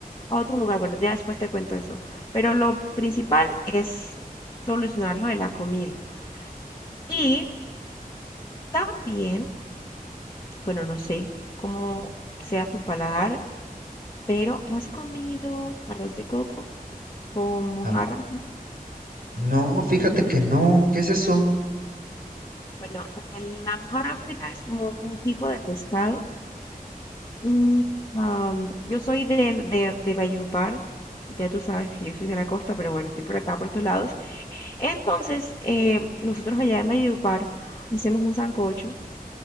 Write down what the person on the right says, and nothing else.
Ah,
no, fíjate que no. ¿Qué es eso?